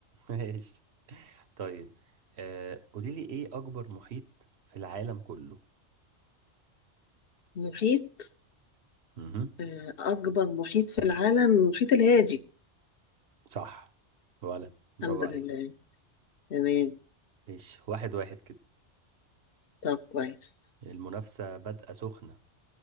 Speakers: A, on the right; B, on the left.
A: ماشي طيب آه قوليلي ايه اكبر محيط في العالم كله
B: محيط
A: مهم.
B: آه، اكبر محيط في العالم المحيط الهادي
A: صح ولد برافو
B: الحمد
A: عليك
B: لله تمام
A: ماشي واحد واحد كده
B: طب كويس
A: المنافسة بادئة سخنة